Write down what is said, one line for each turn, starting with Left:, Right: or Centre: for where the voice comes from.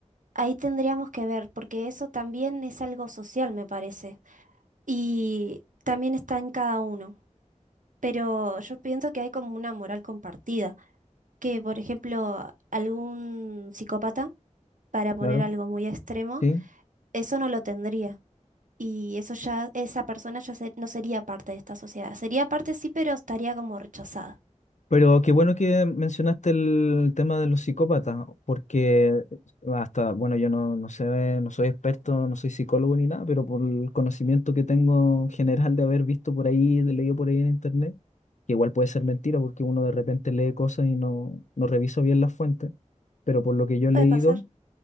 Right: ahí tendríamos que ver porque eso también es algo social me parece y también está en cada uno, pero yo pienso que hay como una moral compartida, que por ejemplo algún psicópata, para poner
Left: claro,
Right: algo muy extremo,
Left: ¿sí?
Right: eso no lo tendría. Y eso ya, esa persona ya se- no sería parte de esta sociedad. Sería parte sí, pero estaría como rechazada.
Left: Pero qué bueno que mencionaste el tema de los psicópatas, porque hasta, bueno, yo no, no sé, no soy experto, no soy psicólogo ni nada, pero por el conocimiento que tengo general de haber visto por ahí, de leído por ahí en internet, que igual puede ser mentira porque uno de repente lee cosas y no, no revisa bien las fuentes, pero por lo que yo
Right: Puede
Left: he leído,
Right: pasar.